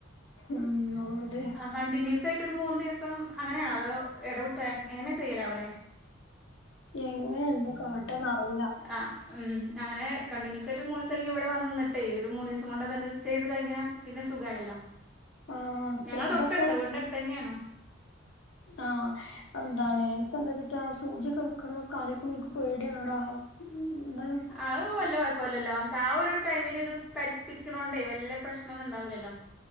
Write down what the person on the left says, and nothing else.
ഉം ഓളോണ്ട്
എങ്ങനെ എന്താ കാട്ടാ ന്നറീല്ല.
ആഹ്
ചെലതൊക്കെ
ആഹ് എന്താണ്? പ്പന്തേച്ച്ട്ടാ സൂചിയൊക്കെ വെക്ക്ണൊക്കെ ആലോയിക്കുമ്പോ ഇൻക്ക് പേടിയാണെടാ ന്താ